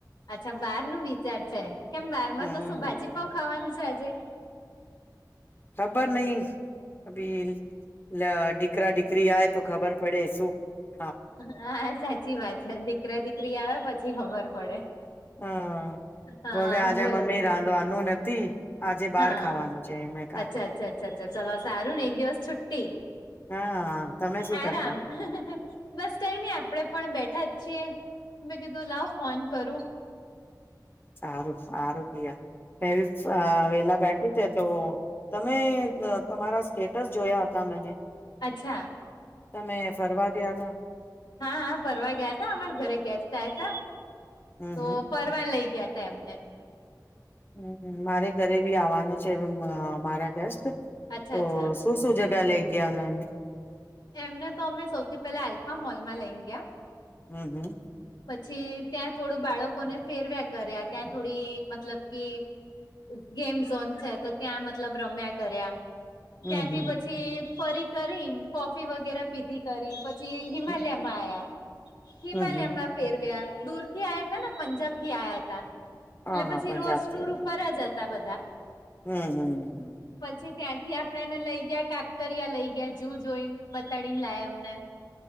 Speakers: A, on the left; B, on the left.
A: અચ્છા બારનું વિચાર છે. કેમ, બાર માં
B: હમ
A: તો શું ભાજી પાવ ખાવાનું છે આજે?
B: ખબર નહી. અભી લ દીકરા દીકરી આય તો ખબર પડે સુખ- -
A: હા સાચી વાત છે, દીકરા દીકરી આવે પછી ખબર પડે.
B: હમ
A: હા
B: બોલે આજે
A: બોલો
B: મમ્મી
A: બીજું
B: રાંધવાનું નથી આજે બહાર
A: હા
B: ખાવાનું છે. એમેય,
A: અચ્છા અચ્છા અચ્છા અ્છા ચાલો ને સારુ ને એક દિવસ છુટ્ટી
B: હા તમે શું
A: આરામ.
B: કરતા
A: <unintelligible> <inaudible> <unintelligible> બસ કઈ નઈ આપડે પણ બેઠા જ છીએ મે કીધું લાવ ફોન કરુ.
B: સારું સારું ક ફ વેલા બેઠી થ તો- - તમે તમારા સ્ટેટસ જોયા હતા મેને- -
A: અચ્છા.
B: તમે ફરવા ગયા તા?
A: હા હા ફરવા ગયા તા અમારા ઘરે ગેસ્ટ આવયા હતા
B: હમ
A: તો- - ફરવા લઈ ગયા એમને --
B: હ મારે ઘરે બી આવવાનું છે મારા ગેસ્ટ
A: અચ્છા
B: તો-
A: અચ્છા
B: - શુ શુ જગા લઇ ગયા એને?
A: એમને તો અમે સૌથી પેલા આલ્ફમ મોલમાં લઈને ગયા.
B: હમ હમ.
A: પછી ત્યાં થોડું બાળકોને ફેરવ્યા કર્યા, ત્યાં થોડી મતલબ કે- - ગેમ ઝોન છે. તો ત્યાં મતલબ રમ્યા કર્યા.
B: હમ
A: ત્યાંથી પછી ફરી કરી કોફી વગેરે. પીધી કરી પછી હિમાલયમાં
B: હમ
A: આવ્યા હિમાલયામાં-
B: હમ હમ
A: - ફેરવ્યા દૂર થી આયા હતા ને પંજાબ થી આયાતા,
B: હા
A: એટલે પછી
B: હા પંજાબથી
A: રોજ ટુર
B: આવે
A: ઉપર જતા બધા.
B: હમ હમ.
A: પછી ત્યાંથી આપણેને લઈ ગયા કાંકરીયા લઈ ગયા ઝૂ જોઈને બતાડીને લાય એમને.